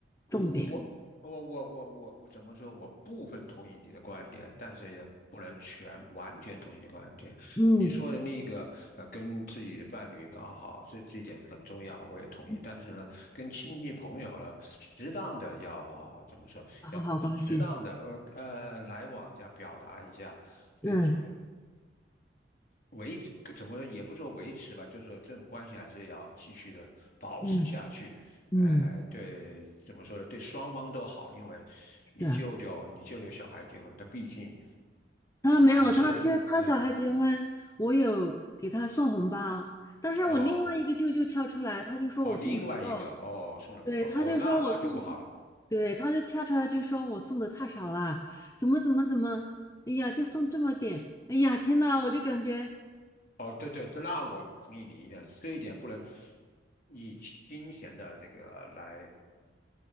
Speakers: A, on the left; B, on the left.
A: 重点，
B: 我我我我我我怎么说？我部分同意你的观点，但是也不能全完全同意你的观点。
A: 嗯，
B: 你说的那个呃，跟自己的伴侣搞好，这这点很重要，我也同意。
A: 嗯，
B: 但是呢，跟亲戚朋友呢，适当的要怎么说？
A: 搞好关系，
B: 要适当的呃呃来往一下，表达一下自己。
A: 嗯
B: 维持，怎么说也不说维持吧，就是说这种关系还是要继续的保持下去。
A: 嗯。嗯，
B: 呃，对，怎么说呢？对双方都好，因为你舅舅，
A: 是啊，
B: 你舅舅小孩结婚，他毕竟
A: 他没有，
B: 也是，
A: 他其实他小孩结婚，
B: 嗯，
A: 我有给他送红包，但是我另外一个舅舅跳出来，
B: 哦
A: 他就说我送的不够，
B: 哦，另外一个哦送的不够，
A: 对，他就说我送的，
B: 哦那那就不好了。
A: 对，他就跳出来就说我送的太少了，怎么怎么怎么，哎呀，就送这么点，哎呀，天呐，我就感觉
B: 哦，对对，那我同意你的这一点，不能以金钱的这个来